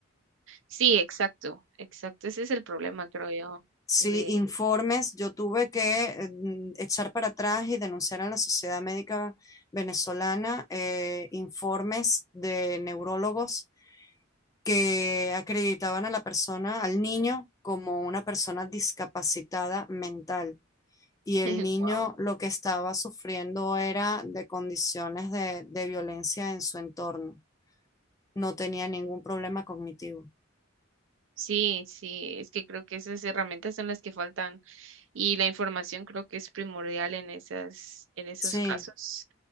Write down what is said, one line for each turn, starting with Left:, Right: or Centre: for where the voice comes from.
Right: Sí, exacto, exacto. Ese es el problema, creo yo,
Left: Sí,
Right: de,
Left: informes, yo tuve que mm, echar para atrás y denunciar a la Sociedad Médica Venezolana eh, informes de neurólogos que acreditaban a la persona, al niño, como una persona discapacitada mental. Y el
Right: <laughs>
Left: niño
Right: wow.
Left: lo que estaba sufriendo era de condiciones de, de violencia en su entorno. No tenía ningún problema cognitivo.
Right: Sí, sí, es que creo que esas herramientas son las que faltan y la información creo que es primordial en esas, en esos
Left: Sí.
Right: casos.